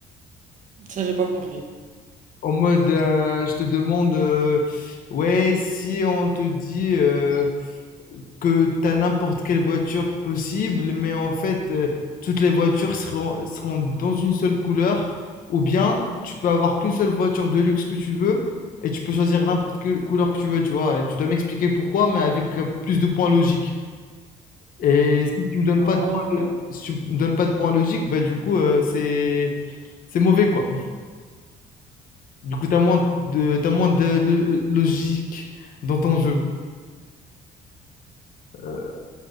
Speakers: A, on the right (about 50°); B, on the left (about 55°).
A: Ça, j'ai pas compris.
B: En mode, euh, je te demande, euh, ouais, si on te dit euh, que t'as n'importe quelle voiture possible, mais en fait, euh, toutes les voitures seront, seront dans une seule couleur, ou bien tu peux avoir qu'une seule voiture de luxe que tu veux, et tu peux choisir n'importe quelle couleur que tu veux, tu vois. Et tu dois m'expliquer pourquoi, mais avec euh, plus de points logiques. Et si tu me donnes
A: Ah,
B: pas de points, si tu me donnes pas de points logiques, bah du coup, euh, c'est, c'est mauvais, quoi. Du coup, t'as moins de, t'as moins de lo- logique dans ton jeu. Euh,